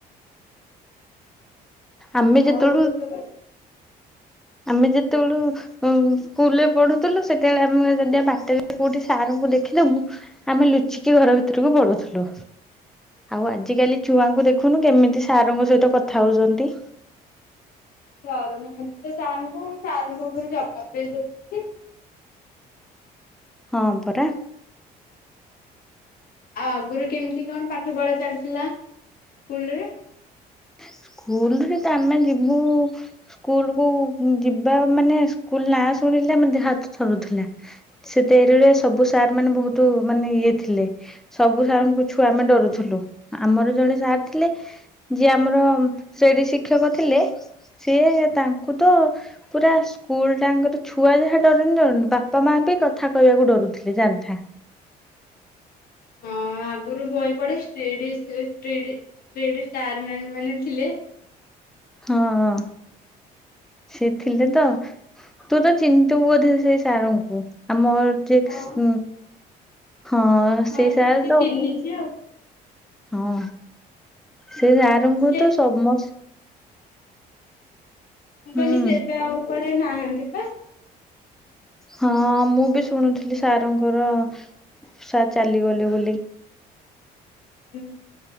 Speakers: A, in the centre; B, on the left.
A: ଆମେ ଯେତେବେଳୁ
B: ଆଉ ସେତବେ
A: ଆମେ ଯେତେବେଳୁ ସ୍କୁଲରେ ପଢୁଥିଲୁ ସେତେବେଳେ ଆମେ ଯଦି ବାଟରେ କୋଉଠି ସାରଙ୍କୁ ଦେଖିଦବୁ ଆମେ ଲୁଚିକି ଘର ଭିତରକୁ ପଳଉଥିଲୁ ଆଉ ଆଜି କାଲି ଛୁଆଙ୍କୁ ଦେଖୁନୁ କେମିତି ସାରଙ୍କ ସହିତ କଥା ହଉଛନ୍ତି।
B: ଡରୁନାହାନ୍ତି ତ ସାର୍ ଙ୍କୁ ସାର୍ ଙ୍କୁ ଉପରେ ଜବାବ ଦେଇ ଦଉଛନ୍ତି।
A: ହଁ ପରା।
B: ଆଉ ଆଗରୁ କେମିତି କଣ ପାଠ ପଢା ଚାଲିଥିଲା ସ୍କୁଲରେ?
A: ସ୍କୁଲ ସେ ତ ଆମେ ଯିବୁ ସ୍କୁଲ କୁ ଯିବା ମାନେ ସ୍କୁଲ ନା ଶୁଣିଲେ ଆମ ଦେହ ହାତ ଥରୁଥିଲା। ସେତେରିଳେ ସବୁ ସାର୍ ମାନେ ବହୁତ ମାନେ ଇଏ ଥିଲେ ସବୁ ସାର୍ ଙ୍କୁ ଛୁଆ ଆମେ ଡରୁଥିଲୁ ଆମର ଜଣେ ସାର୍ ଥିଲେ ଯିଏ ଆମର ସେଇଠି ଶିକ୍ଷକ ଥିଲେ ସିଏ ତାଙ୍କୁ ତ ପୁରା ସ୍କୁଲ ଟାଙ୍କର ଛୁଆ ଯାହା ଡରନି ଡରନି ବାପା ମା ବି କଥା କହିବାକୁ ଡରୁଥିଲେ ଜାଣିଥା।
B: ହଁ ଆଗରୁ ବହି କଡେ ସ୍ତ୍ରିଡ ଷ୍ଟ୍ରିଡ ସ୍ତ୍ରୀଡ ସାରେ ମାନେ ଥିଲେ।
A: ହଁ ହ ସେ ଥିଲେ ତ ତୁ ତ ଚିନ୍ତିବୁ ବୋଧେ ସେ ସାରଙ୍କୁ ଆମ ଯେ
B: ହଁ
A: ହମ୍ ହଁ
B: ହଁ
A: ସେଇ
B: ଏମିତି
A: ସାର୍ ତ
B: ଚିହ୍ନିଛି ଆଉ।
A: ହଁ ସେ ଆରମ୍କୁ
B: ସେ
A: ତ ସମସ୍ତେ
B: ମୁଁ
A: ହୁଁ
B: କହିଲି ସେ ଏବେ ଆଉ ପଳେଇ ନାହାନ୍ତି ପା
A: ହଁ ମୁଁ ବି ଶୁଣୁଥିଲି ସାର ଙ୍କର ସାର୍ ଚାଲିଗଲେ ବୋଲି।
B: ହୁଁ